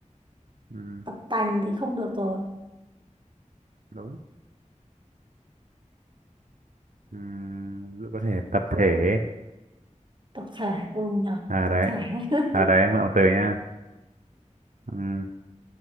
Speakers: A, on the right; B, on the right.
A: Ừm,
B: tập tành thì không được rồi
A: đúng Ừm, giữ- có thể tập thể
B: tập thể ừ nhỉ
A: à
B: tập
A: đấy
B: thể <laughs>
A: à đấy em gọi một từ nha Ừm,